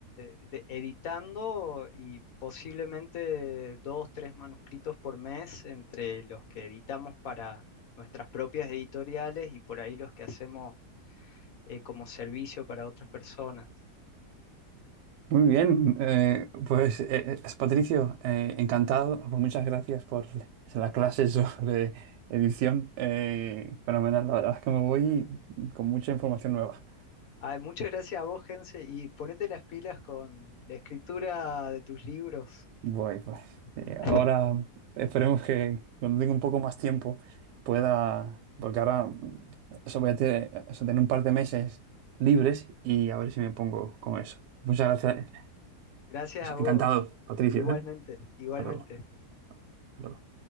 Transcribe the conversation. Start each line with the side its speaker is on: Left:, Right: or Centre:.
Left: de- editando y posiblemente dos, tres manuscritos por mes entre los que editamos para nuestras propias editoriales y por ahí los que hacemos eh, como servicio para otras personas.
Right: muy bien. Eh, pues, eh, eh, Patricio, eh, encantado. Pues muchas gracias por la clase sobre edición. Eh, fenomenal, la verdad es que me voy con mucha información nueva.
Left: Ay, muchas gracias a vos, Gense, y ponete las pilas con la escritura de tus libros.
Right: Voy, pues. eh,
Left: <laughs>
Right: Ahora esperemos que cuando tenga un poco más tiempo pueda, porque ahora mm, eso voy a tener, eso, tener un par de meses libres y a ver si me pongo con eso. Muchas gracias.
Left: Gracias a vos,
Right: Encantado, Patricio,
Left: igualmente,
Right: ¿eh?
Left: igualmente.
Right: Hasta luego. Hasta luego.